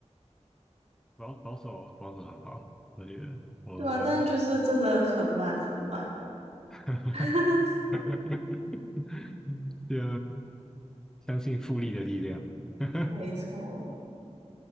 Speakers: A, in the centre; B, on the right (about 60°).
A: 保保守保守很好，我觉得我我
B: 对啊，但是就是真的很慢很慢。
A: <laughs>
B: <laughs>
A: 就相信复利的力量。<laughs>
B: 没错，